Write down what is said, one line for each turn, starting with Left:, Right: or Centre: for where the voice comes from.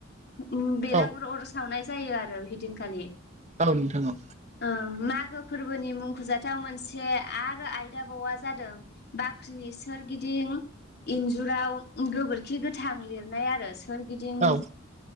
Left: उम्म बेलागुर
Right: औ
Left: अर सावनाय जायो आरो ओइदिनखालि
Right: औ नोंथां औ
Left: ओ मागो फोरबोनि मुंख'जाथाव मोनसे से आरो आयदा बावा जादों बाख्रिनि सोरगिदिं इन्जुराव गोबोरखि गोथां लिरनाय आरो सो सोरगिदिं
Right: औ